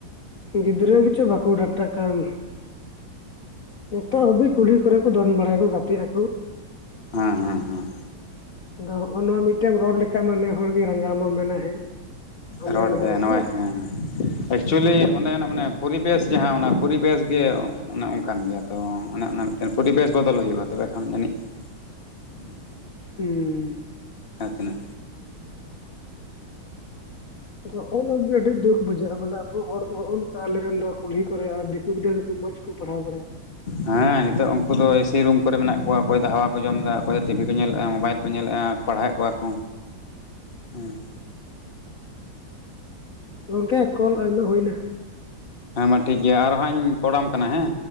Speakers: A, on the left; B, on the left.
A: ᱜᱤᱫᱽᱨᱟᱹ ᱜᱮᱪᱚ ᱵᱟᱠᱚ ᱰᱟᱴᱟ ᱠᱟᱱ ᱱᱤᱛᱚᱜ ᱦᱟᱹᱵᱤᱡ ᱠᱩᱲᱦᱤ ᱠᱚᱨᱮ ᱠᱚ᱾ ᱫᱚᱱ ᱵᱟᱲᱟᱭᱟ ᱠᱚ ᱜᱟᱛᱮᱜ ᱟᱠᱚ᱾
B: ᱦᱮᱸ ᱦᱮᱸ ᱦᱮᱸ᱾
A: ᱟᱫᱚ ᱦᱚᱜᱼᱚ ᱱᱚᱣᱟ ᱢᱤᱫᱴᱮ ᱨᱚᱲ ᱞᱮᱠᱷᱟ ᱢᱟ ᱱᱮ ᱦᱚᱲᱜᱮᱭ ᱨᱟᱸᱜᱟᱣ ᱟᱢᱟ ᱢᱮᱱᱟ ᱦᱮᱸ᱾ ᱟᱢᱨᱮᱱ
B: ᱨᱚᱲ
A: ᱜᱤᱫᱽᱨᱟᱹ
B: ᱫᱚᱭ
A: ᱠᱟᱱᱟᱭ
B: ᱱᱚᱭᱟᱜ ᱦᱮᱸ᱾ ᱮᱠᱪᱩᱭᱮᱞᱤ ᱚᱸᱱᱮᱱᱟᱜ ᱢᱟᱱᱮ ᱯᱚᱨᱤᱵᱮᱥ ᱡᱟᱦᱟᱸ ᱚᱱᱟ ᱯᱚᱨᱤᱵᱮᱥ ᱜᱮ ᱚᱱᱮ ᱚᱱᱠᱟᱱ ᱜᱮᱭᱟ ᱛᱚ ᱚᱱᱮ ᱚᱱᱟ ᱯᱚᱨᱤᱵᱮᱥ ᱵᱚᱫᱚᱞ ᱦᱩᱭᱩᱜᱼᱟ ᱛᱚᱵᱮ ᱠᱷᱟᱱ ᱡᱟᱹᱱᱤᱡ ᱦᱮᱸ
A: ᱚ
B: ᱡᱟᱦᱟᱸ ᱛᱮᱱᱟᱜ
A: ᱟᱫᱚ ᱱᱚᱜᱼᱚ ᱱᱚᱣᱟ ᱜᱮ ᱟᱹᱰᱤ ᱫᱩᱠ ᱱᱚᱱᱟ ᱜᱮ ᱵᱩᱡᱷᱟᱹᱜᱼᱟ ᱵᱚᱞᱮ ᱟᱵᱚ ᱦᱚᱲ ᱫᱚ ᱱᱚᱜᱼ ᱱᱚᱝᱠᱟ ᱟᱞᱨᱮᱱ ᱫᱚ ᱠᱩᱞᱦᱤ ᱠᱚᱨᱮ ᱫ ᱩᱱ ᱜᱤᱫᱨᱟᱹ ᱠᱚ ᱢᱚᱡᱽ ᱠᱚ ᱯᱟᱲᱦᱟᱣ ᱵᱟᱲᱟᱭᱟ
B: ᱦᱮᱸ ᱱᱤᱛᱚᱜ ᱩᱱᱠᱩ ᱫᱚ ᱮᱥᱤ ᱨᱩᱢ ᱠᱚᱨᱮ ᱦᱮ ᱱᱤᱭᱟ ᱛᱟ ᱫᱚ ᱤᱥᱤ ᱨᱩᱢ ᱠᱚᱨᱮ ᱢᱮᱱᱟᱜ ᱠᱚᱣᱟ ᱚᱠᱚᱭ ᱫᱚ ᱦᱟᱣᱟ ᱠᱚ ᱡᱚᱢᱫᱟ ᱚᱠᱚᱭ ᱫᱚ ᱴᱤᱵᱷᱤ ᱠᱚ ᱧᱮᱞᱮᱫᱼᱟ ᱢᱳᱵᱟᱭᱤᱞ ᱠᱚ ᱧᱮᱞᱮᱫᱼᱟ ᱯᱟᱲᱦᱟᱣᱮᱫ ᱠᱚᱣᱟ ᱠᱚ ᱦᱮᱸ
A: ᱜᱚᱝᱠᱮ ᱠᱚᱞ ᱟᱭᱢᱟ ᱦᱩᱭᱱᱟ
B: ᱦᱮᱸ ᱢᱟ ᱴᱷᱤᱠ ᱜᱮᱭᱟ ᱟᱨ ᱦᱟᱸᱜ ᱤᱧ ᱠᱚᱲᱟᱢ ᱠᱟᱱᱟ ᱦᱮᱸ